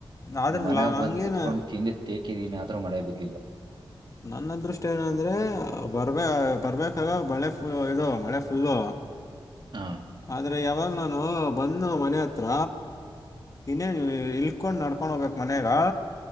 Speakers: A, on the left; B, on the right.
A: ಆದರೆ
B: ಮನ್ಯಾಗ
A: ಲಾ ನನಗೇನು
B: ಬಂದ್ ಕುತ್ಕೊಂಡು ತಿಂದಿ ತೇೇಕಿದೀನ್ರೂ ಮಳೆ ಬಿದ್ದಿಲ್ಲ
A: ನನ್ನದೃಷ್ಟ ಏನಂದ್ರೆ ಬರ್ಬೇಕ ಬರ್ಬೇಕಾಗ ಮಳೆ ಫು ಇದು ಮಳೆ ಫುಲ್ಲು
B: ಹಾ
A: ಆದ್ರೆ ಯಾವಾಗ ನಾನು ಬಂದ ಮನೆ ಹತ್ರ ಇನ್ನೇನು ಇಲ್ಕೊಂಡು ನಡ್ಕೊಂಡು ಹೋಗ್ಬೇಕು ಮನ್ಯಾಗ